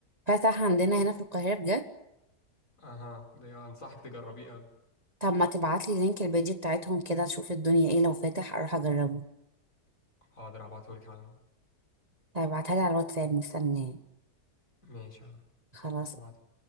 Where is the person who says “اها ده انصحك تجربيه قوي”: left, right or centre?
Left